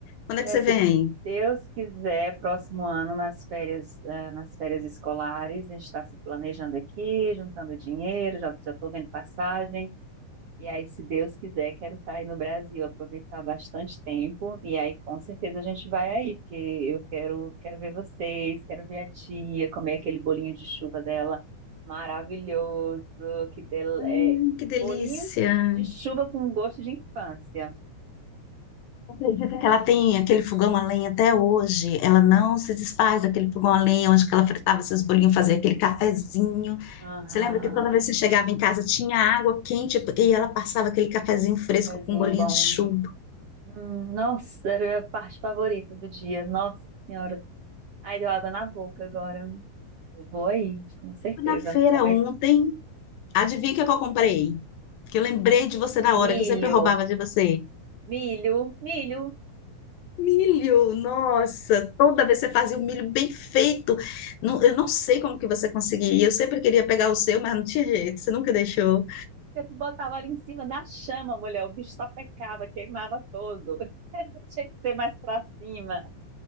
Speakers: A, on the left; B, on the right.
A: Quando
B: Mulher,
A: é que você
B: se
A: vem?
B: Deus quiser, próximo ano, nas férias, eh, nas férias escolares, a gente está se planejando aqui, juntando dinheiro, já já estou vendo passagem. E aí, se Deus quiser, quero estar aí no Brasil, aproveitar bastante tempo. E aí, com certeza, a gente vai aí, porque eu quero, quero ver vocês, quero ver a tia, comer aquele bolinho de chuva dela maravilhoso, que del-
A: Hum,
B: é
A: que delícia.
B: bolinho de chuva com gosto de infância.
A: Acredita que ela tem aquele fogão a lenha até hoje. Ela não se desfaz daquele fogão a lenha onde que ela fritava seus bolinhos, fazia aquele cafezinho.
B: Aham,
A: Você lembra que toda vez que você chegava em casa tinha água quente e ela passava aquele cafezinho fresco
B: pezinho
A: com um bolinho
B: bom.
A: de chuva.
B: Hum, nossa, era a parte favorita do dia. Nossa Senhora. Ai, deu água na boca agora. Eu vou aí, com certeza.
A: Fui na feira
B: Comer
A: ontem, adivinha o que é que eu comprei? Que eu lembrei de você na hora,
B: milho.
A: que eu sempre roubava de você.
B: Milho, milho,
A: Milho, nossa, toda vez você fazia o milho bem feito. Não- eu não sei como que você conseguia. Eu sempre queria pegar o seu, mas não tinha jeito, você nunca deixou.
B: porque tu botava ali em cima da chama, mulher, o bicho só pecava, queimava todo. <laughs> Tinha que ser mais pra cima.